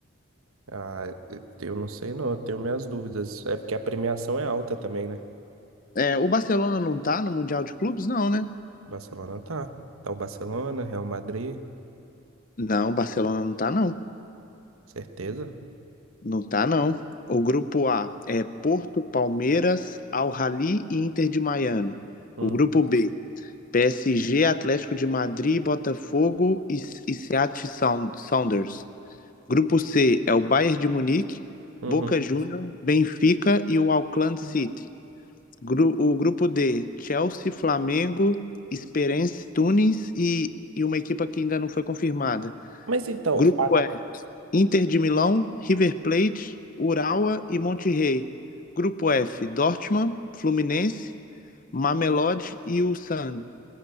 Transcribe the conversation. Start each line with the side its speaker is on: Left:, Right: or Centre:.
Right: Ah, eu não sei não, eu tenho minhas dúvidas. É porque a premiação é alta também, né?
Left: É, o Barcelona não tá no Mundial de Clubes, não, né?
Right: O Barcelona tá. Então, Barcelona, Real Madrid,
Left: Não, o Barcelona não tá, não.
Right: certeza.
Left: Não tá, não. O grupo A é Porto, Palmeiras, Al-Ahly e Inter de Miami.
Right: Hum,
Left: O grupo B, PSG, Atlético de Madrid, Botafogo e, e Seattle Sound- Sounders. Grupo C é o Bayern de Munique,
Right: uhum.
Left: Boca Juniors, Benfica e o Auckland City. Gru- o grupo D, Chelsea, Flamengo, Esperance Tunis e, e uma equipa que ainda não foi confirmada.
Right: Mas então,
Left: Grupo
Right: a-
Left: E, Inter de Milão, River Plate, Urawa e Monterrey. Grupo F, Dortmund, Fluminense, Mamelodi e Ulsan.